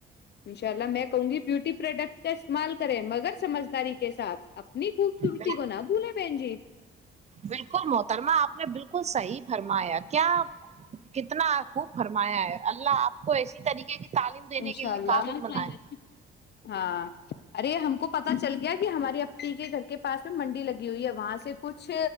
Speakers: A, on the left; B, on the right.
A: انشاء اللہ میں کہوں گی بیوٹی پروڈکٹ کا استعمال کریں مگر سمجھداری کے ساتھ اپنی خوبصورتی
B: بالکل
A: کونا بولے بین جی
B: بالکل محترما آپ نے بالکل صحیح فرمایا کیا کتنا خوب فرمایا ہے اللہ آپ کو ایسی طریقے کی تعلیم دینے
A: انشاء
B: کے لیے
A: اللہ
B: قابل بنائے
A: ہاں ارے ہم کو پتا چل گیا کہ ہماری اپنی کے گھر کے پاس میں منڈی لگی ہوئی ہے وہاں سے کچھ